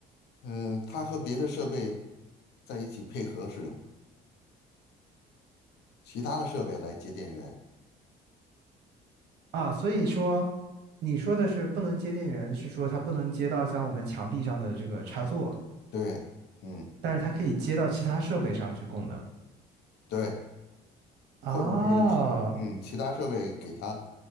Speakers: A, on the left (about 80°); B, on the right (about 75°).
A: 嗯、它和别的设备在一起配合使用，其他的设备来接电源，
B: 啊，所以说你说的是不能接电源，是说它不能接到像我们墙壁上的这个插座，
A: 对，嗯
B: 但是它可以接到其他设备上去供能
A: 对，
B: 啊
A: 或者是其嗯其他设备给它